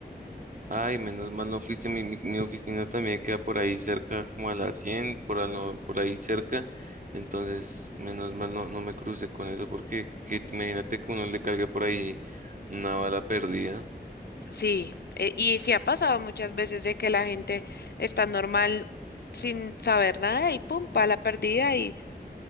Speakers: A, on the right (about 50°); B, on the left (about 70°).
A: Ay, menos mal no fuiste. Mi, mi- mi oficina también queda por ahí cerca, como a las 100 por, al no- por ahí cerca. Entonces, menos mal no, no me crucé con eso, porque que- imagínate que uno le cargue por ahí una bala perdida.
B: Sí, eh, y sí ha pasado muchas veces de que la gente está normal sin saber nada y pum, pa' la perdida y